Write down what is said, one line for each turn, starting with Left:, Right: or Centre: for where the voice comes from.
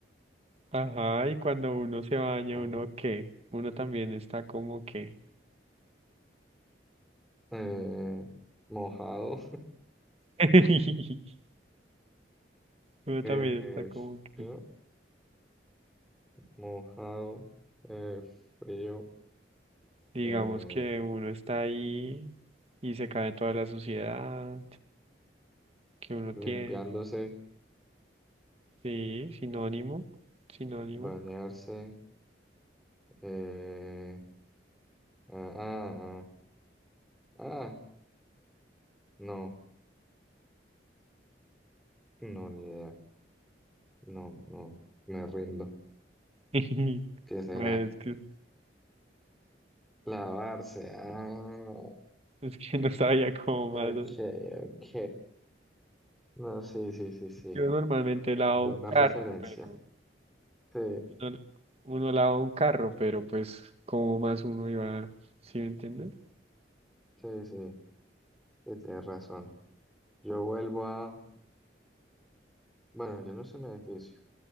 Right: Ajá, y cuando uno se baña,
Centre: está
Right: ¿uno qué? Uno también está como que.
Centre: eh, mojado,
Right: <laughs>
Centre: <laughs>
Right: Uno
Centre: eh,
Right: también está como que.
Centre: frío, mojado, eh, frío,
Right: Digamos
Centre: eh,
Right: que uno está ahí y se cae toda la suciedad que uno
Centre: limpiándose,
Right: tiene. Sí, sinónimo, sinónimo.
Centre: bañarse, eh, ah, ah, ah, ah, no, no, ni idea, no, no, me rindo.
Right: <laughs>
Centre: ¿Qué será?
Right: Bueno, es que,
Centre: Lavarse, ah,
Right: es que no sabía cómo
Centre: ok,
Right: más.
Centre: ok. No, sí, sí, sí, sí.
Right: Yo normalmente lavo
Centre: Buena
Right: un carro,
Centre: referencia.
Right: pero
Centre: Sí,
Right: uno, uno lava un carro, pero pues como más uno iba, ¿sí me entiendes?
Centre: sí, sí. sí, Tienes razón. Yo vuelvo a... Bueno, yo no es un edificio.